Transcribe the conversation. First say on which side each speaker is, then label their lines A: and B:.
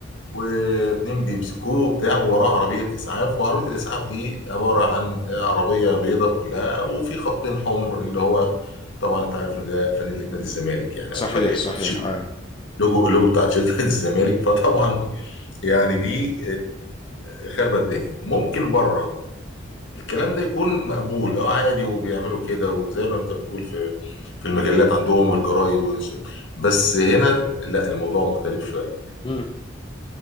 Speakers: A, on the left (about 65°); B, on the left (about 25°).
A: واتنين بيمسكوه بتاع ووراه عربيه اسعاف وعربيه الاسعاف دي عباره عن عربيه بيضه كلها وفي خطين حمر اللي هو طبعا انت عارف ان ده فانيله نادي الزمالك يعني او
B: صحيح
A: فريق
B: صحيح
A: تيشيرت-
B: اه
A: اللوجو اللوجو بتاع تيشيرت نادي الزمالك <laughs> فطبعا يعني دي آه، خربت الدنيا ممكن بره الكلام ده يكون مقبول اه عادي وبيعملوا كده وزي ما انت بتقول في في المجلات عندهم والجرايد والش... بس هنا لا الموضوع مختلف شويه
B: مم.